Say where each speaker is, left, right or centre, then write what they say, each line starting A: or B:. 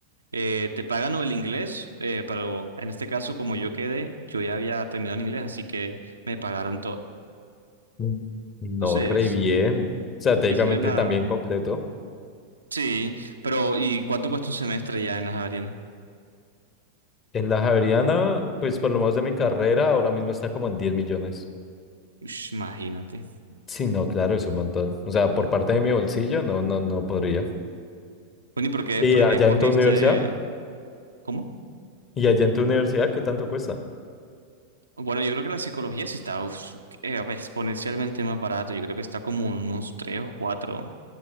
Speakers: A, on the right (about 75°); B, on the left (about 30°).
A: eh, te pagan o el inglés, eh, pero en este caso como yo quedé, yo ya había terminado el inglés, así que me pagaron todo.
B: Mm. No,
A: Entonces,
B: re bien. O sea, técnicamente
A: hice una...
B: también completo.
A: Sí, pero ¿y cuánto cuesta un semestre ya en las Javeriana?
B: En la Javeriana, pues por lo menos de mi carrera, ahora mismo está como en 10 millones.
A: Ush, imagínate.
B: Sí, no, claro, es un montón. O sea, por parte de mi bolsillo, no, no, no podría.
A: Bueno, ¿y por qué,
B: ¿Y
A: por
B: allá
A: qué escogiste...
B: en tu universidad?
A: ¿Cómo?
B: ¿Y allá en tu universidad qué tanto cuesta?
A: Bueno, yo creo que la psicología sí está uf, eh, exponencialmente más barato. Yo creo que está como unos 3 o 4